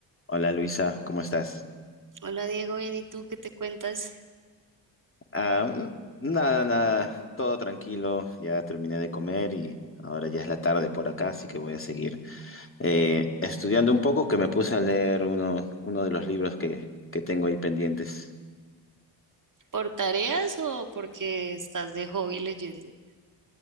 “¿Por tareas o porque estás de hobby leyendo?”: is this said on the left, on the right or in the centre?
Right